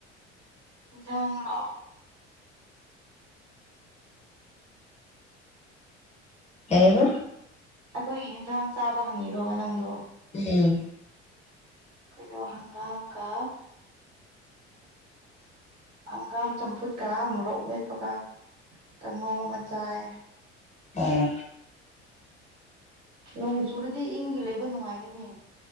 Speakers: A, on the right; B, on the left.
A: ꯁꯤꯡꯪꯔꯣ
B: ꯑꯕ
A: ꯑꯩꯈꯣꯏꯒꯤ ꯌꯦꯟꯁꯥꯡ ꯆꯥꯕ ꯍꯪꯉꯤꯔꯣꯕ ꯅꯪꯗꯣ
B: ꯎꯝ
A: ꯀꯗꯣ ꯍꯪꯒꯥꯝꯒꯥ ꯑ ꯍꯪꯒꯥꯝ ꯆꯝꯐꯨꯠ ꯀ ꯃꯨꯣꯔꯣꯛꯃꯦ ꯀ ꯀꯥꯡꯉꯧ ꯃꯆꯥꯥꯏ
B: ꯑꯥ
A: ꯅꯣꯡ ꯆꯨꯔꯗꯤ ꯏꯪꯗꯤ ꯂꯩꯕ ꯅꯨꯡꯉꯥꯏꯒꯅꯤ